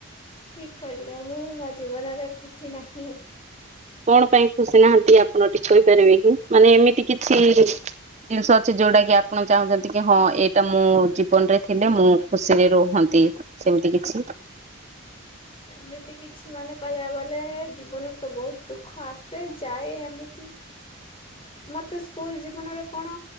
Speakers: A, on the left (about 25°); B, on the right (about 30°).
A: ଠିକ କହିଲେ, ମୁଁ ମୋ ଜୀବନରେ ଖୁସି ନାହିଁ।
B: କଣ ପାଇଁ ଖୁସି ନାହାନ୍ତି ଆପଣ ଟିକେ କହିପାରିବେ କି? ମାନେ ଏମିତି କିଛି ଜିନିଷ ଅଛି ଯୋଉଟା କି ଆପଣ ଚାହୁଁଛନ୍ତି କି, ହଁ ଏଇଟା ମୁଁ ଜୀବନ ରେ ଥିଲେ ମୁଁ ଖୁସିରେ ରୁହନ୍ତି। ସେମିତି କିଛି
A: ସେମିତି କିଛି ମାନେ କହିବାକୁ ଗଲେ, ଜୀବନରେ ତ ବହୁତ ଦୁଃଖ ଆସେ ଯାଏ ଏମିତି ମତେ ସ୍କୁଲ ଜୀବନରେ କଣ